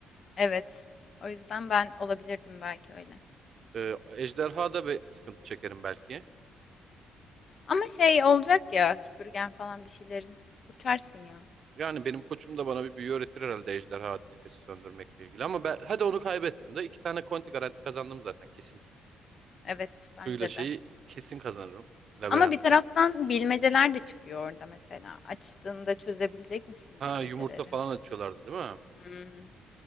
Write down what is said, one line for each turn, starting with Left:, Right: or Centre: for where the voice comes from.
Left: Evet. O yüzden ben olabilirdim belki öyle.
Right: Ee, ejderha da bir sıkıntı çekerim belki.
Left: Ama şey olacak ya süpürgen falan bir şeylerin. Uçarsın ya.
Right: Yani benim koçum da bana bir büyü öğretir herhalde ejderha nefesi söndürmekle ilgili. Ama ben, hadi onu kaybettim de iki tane konti garanti kazandım zaten kesin.
Left: Evet bence
Right: Suyla şeyi
Left: de.
Right: kesin kazanırım. Labirenti.
Left: Ama bir taraftan bilmeceler de çıkıyor orada mesela. Açtığında çözebilecek misin
Right: Ha
Left: bilmeceleri?
Right: yumurta falan açıyorlardı değil mi?
Left: Hmm.